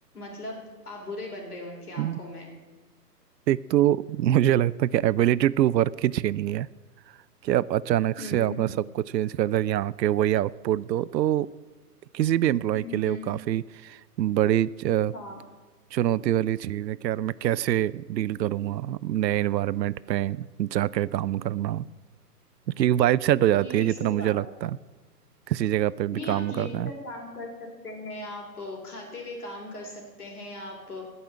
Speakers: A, on the left; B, on the right.
A: मतलब आप बुरे बन रहे हो उनकी
B: हम्म।
A: आंखों में
B: एक तो मुझे लगता है कि एबिलिटी टू वर्क की छीनी है कि आप अचानक से
A: हम्म
B: आपने
A: हम्म
B: सब कुछ चेंज कर दिया यहाँ के वही आउटपुट दो तो किसी भी एम्प्लॉय
A: हम्म
B: के लिए
A: हम्म,
B: वो काफ़ी बड़ी च-
A: हाँ
B: चुनौती वाली चीज़ है कि यार मैं कैसे डील करूँगा नए एनवायरनमेंट में जाकर काम करना क्योंकि वाइब सेट हो जाती
A: नहीं नहीं
B: है जितना
A: सही
B: मुझे
A: बात
B: लगता
A: है
B: है किसी जगह पे भी
A: नहीं
B: काम
A: आप लेट
B: करना है
A: कर काम कर सकते हैं आप अ, खाते हुए काम कर सकते हैं आप अ,